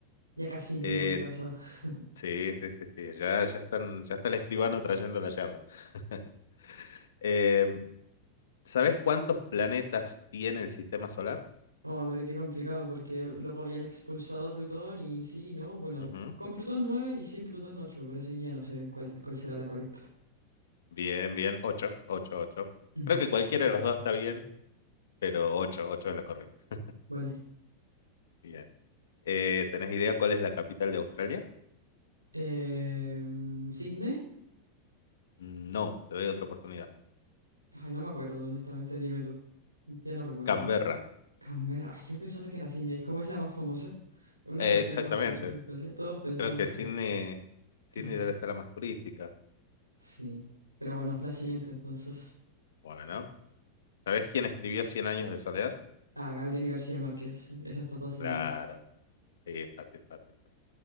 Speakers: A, on the right; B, on the left.
A: Ya casi
B: Eh,
A: tengo mi casa. <laughs>
B: sí, sí, sí, sí, ya, ya están, ya está el escribano trayendo la llave. <laughs> Eh, ¿sabes cuántos planetas tiene el sistema solar?
A: Oh, pero qué complicado, porque luego habían expulsado a Plutón y sí, ¿no? Bueno,
B: Ujú.
A: con Plutón 9 y sin Plutón 8 pero así ya no sé cuál, cuál será la correcta.
B: Bien, bien, Ocho, ocho, ocho.
A: Ujú.
B: Creo que cualquiera de las dos está bien. pero 8 8 es la correcta.
A: Vale.
B: Bien. Eh, ¿Tenés idea cuál es la capital de Australia?
A: Eh, ¿Sydney?
B: No, te doy otra oportunidad.
A: Ay, no me acuerdo, honestamente, dime tú. Ya no recuerdo.
B: Canberra.
A: Canberra, ay, yo pensaba que era Sydney. ¿Cómo es la más famosa? Es Una
B: Eh,
A: de las ciudades
B: exactamente.
A: más famosas de Australia. Todos pensamos
B: Creo que
A: que
B: Sydney,
A: es.
B: Sydney
A: ¿Qué es eso?
B: debe ser la más turística.
A: Sí. Pero bueno, la siguiente
B: Sí, sí.
A: entonces.
B: Bueno, ¿sabés quién escribió Cien años de soledad?
A: Ah, Gabriel García Márquez. Esa está fácil
B: Claro.
A: igual.
B: Sí, fácil, fácil. fácil.